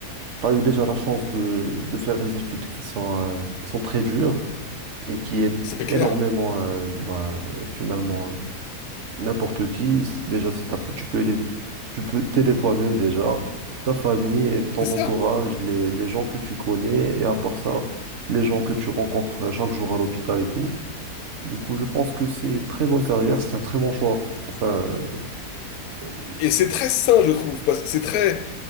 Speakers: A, on the right (about 50°); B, on the left (about 70°).
A: tu as eu déjà la chance de, de faire des études qui sont, euh, qui sont très dures et qui aident
B: C'est clair.
A: énormément, euh, bah, finalement, euh, n'importe qui. C'est- Déjà, c'est ta fa- tu peux aider, tu peux t'aider toi-même déjà, ta famille, et ton
B: C'est
A: entourage,
B: ça.
A: les, les gens que tu connais et à part ça, les gens que tu rencontres euh, chaque jour à l'hôpital et tout. Du coup, je pense que c'est une très bonne carrière, c'est un très bon choix. Enfin, euh,
B: Et c'est très sain, je trouve, parce c'est très